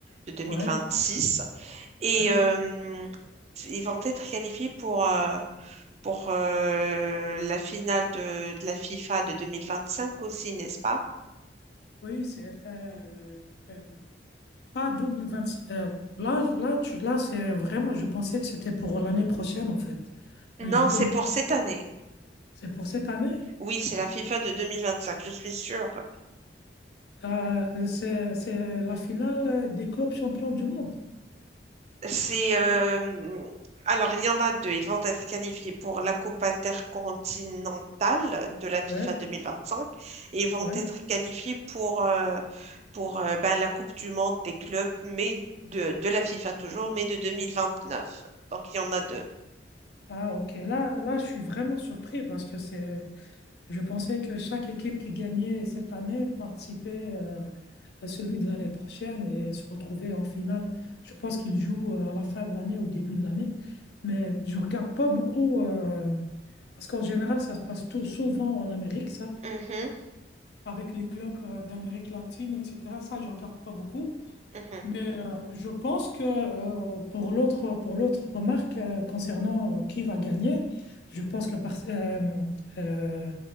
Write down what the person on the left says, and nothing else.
ouais,
ouais.
Oui, c'est euh, euh, pas 2025. Euh, là, là, tu, là, c'est vraiment, je pensais que c'était pour l'année prochaine, en fait.
Mais je peux
me
tromper.
hein. C'est pour cette année.
Euh, c'est, c'est la finale des clubs champions du monde.
Ouais,
ouais.
Ah, ok. Là, là, je suis vraiment surpris parce que c'est, je pensais que chaque équipe qui gagnait cette année participait euh, à celui de l'année prochaine et se retrouvait en finale. Je pense qu'ils jouent euh, à la fin de l'année, au début de l'année. Mais je regarde pas beaucoup euh, parce qu'en général, ça se passe tout, souvent en Amérique, ça,
avec les clubs euh, d'Amérique latine, etc. Ça, je regarde pas beaucoup.
Mais euh, je pense que euh, pour l'autre pour l'autre remarque euh, concernant euh, qui va gagner, je pense que par- euh, euh,